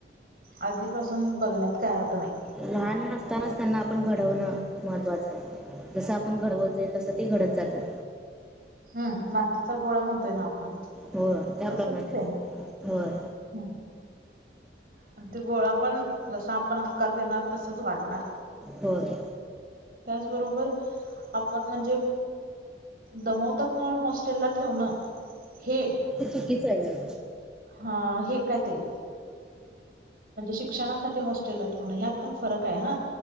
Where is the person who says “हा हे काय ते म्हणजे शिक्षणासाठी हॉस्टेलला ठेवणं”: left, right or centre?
Right